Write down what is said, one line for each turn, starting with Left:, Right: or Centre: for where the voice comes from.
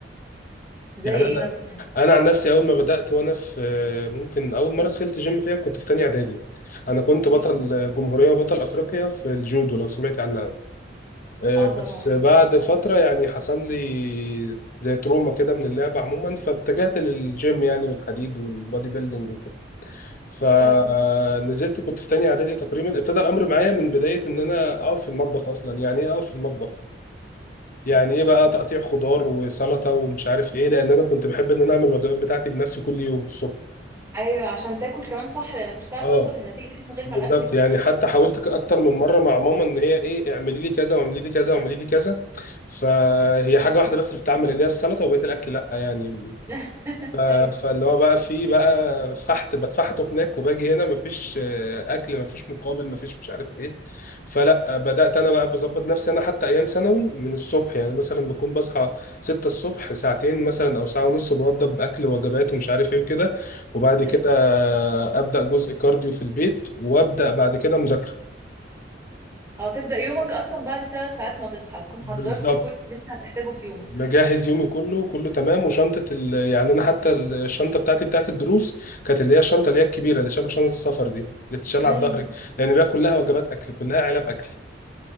Right: زي
Left: يعني
Right: ايه مثلا
Left: انا عن نفسي اول ما بدات وانا في ممكن اول مره دخلت جيم فيها كنت في تانية اعدادي انا كنت بطل
Right: فاهمة.
Left: جمهوريه وبطل افريقيا في الجودو لو سمعت عنها آه،
Right: اه
Left: بس
Right: طبعا
Left: بعد
Right: اكيد
Left: فتره يعني حصل لي زي تروما كده من اللعبه عموما فاتجهت للجيم يعني والحديد والبودي بيلدينج وكده فنزلت
Right: اه
Left: كنت في تانية اعدادي تقريبا ابتدى الامر معايا من بدايه ان انا اقف في المطبخ اصلا يعني ايه اقف في المطبخ يعني ايه بقى تقطيع خضار وسلطه ومش عارف ايه لان انا كنت بحب ان انا اعمل الوجبات بتاعتي بنفسي كل يوم الصبح
Right: ايوه عشان تاكل كمان صح لانك مش هتعرف
Left: اه
Right: توصل للنتيجه دي من غير
Left: بالظبط
Right: ما الاكل يبقى
Left: يعني
Right: صح
Left: حتى حاولت ك- اكتر من مره مع ماما ان هي ايه اعملي لي كذا واعملي لي كذا واعملي لي كذا فهي حاجه واحده بس اللي بتعمل اللي هي السلطه وبقيه الاكل لا يعني
Right: <laughs>
Left: ف-
Right: ايوه
Left: فاللي هو بقى في بقى فحت بتفحته هناك وباجي هنا مفيش آه، اكل مفيش مقابل مفيش مش عارف ايه فلا آه، بدات انا بقى بظبط نفسي انا حتى ايام ثانوي من الصبح يعني مثلا بكون بصحى 6 الصبح ساعتين مثلا او ساعه ونص بوضب اكل وجبات ومش عارف ايه كده وبعد
Right: ايوه
Left: كده آه، ابدا جزء كارديو في البيت وابدا بعد كده مذاكره
Right: او تبدا يومك اصلا بعد ثلاث ساعات ما تصحى تكون
Left: بالظبط
Right: حضرت كل اللي انت هتحتاجه في يومك
Left: مجهز يومي كله كله تمام وشنطه ال... يعني انا حتى الشنطه بتاعتي بتاعت الدروس كانت اللي هي الشنطه اللي هي الكبيره اللي شبه شنطه السفر دي اللي بتتشال
Right: امم
Left: على الظهر لان بقى كلها وجبات اكل كلها علب اكل